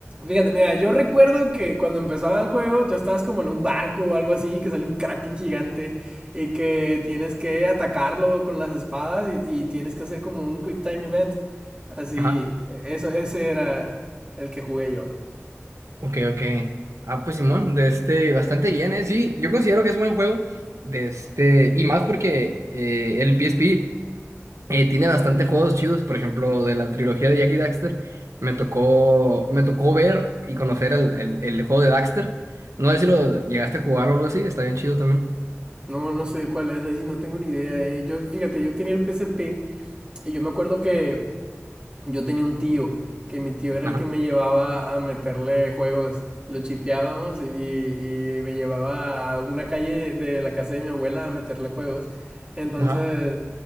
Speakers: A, on the right; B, on the right.
A: Fíjate, mira, yo recuerdo que cuando empezaba el juego, tú estabas como en un barco o algo así, que sale un kraken gigante y que tienes que atacarlo con las espadas y, y tienes que hacer como un quick time event. Así,
B: Ajá.
A: e-, eso, ese era el que jugué yo.
B: Ok, ok. Ah, pues Simón, de este, bastante bien, ¿eh? Sí, yo considero que es buen juego. De este, y más porque eh, el PSP eh, tiene bastante juegos chidos. Por ejemplo, de la trilogía de Jack y Daxter, me tocó, me tocó ver y conocer el, el- el juego de Daxter. No sé si lo llegaste a jugar o algo así, está bien chido también.
A: No, no sé cuál es, ahí no tengo ni idea, eh. Yo, fíjate, yo tenía el P S P y yo me acuerdo que yo tenía un tío, que mi tío era
B: Ajá,
A: el que me llevaba a meterle juegos. Lo chipeábamos y, y me llevaba a una calle de de la casa de mi abuela a meterle juegos. Entonces,
B: ajá,